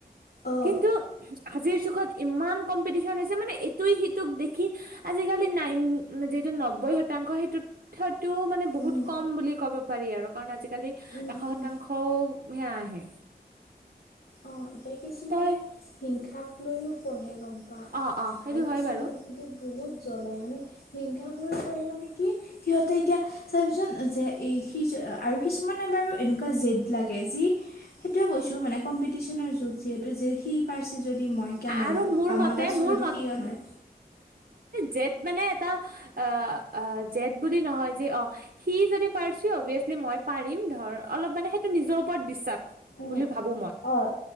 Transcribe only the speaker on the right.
কিন্তু আজিৰ যুগত ইমান কম্পিটিশ্যন হৈছে মানে এইটুই সিটোক দেখি আ' আজিকালি নাইন-যিহটো নব্বৈ শতাংশ সেইটোত থাৰ্ডটো মানে বহুত
কম বুলি ক'ব পাৰি। এৰ'কাৰণে আজিকালি
এশ শতাংশও
হে আহে।
তই
অ অ সেইটো
হয়
বাৰু
আৰু মোৰ
মতে
মোৰ
জেট মানে এটা আ-আ জেট বুলি নহয় যে অ, সি যদি পাৰছে অভিয়েছলি মই পাৰিম ধৰ অলপ মানে সেইটো নিজৰ ওপৰত বিশ্বাস।
বুলি ভাবো মই,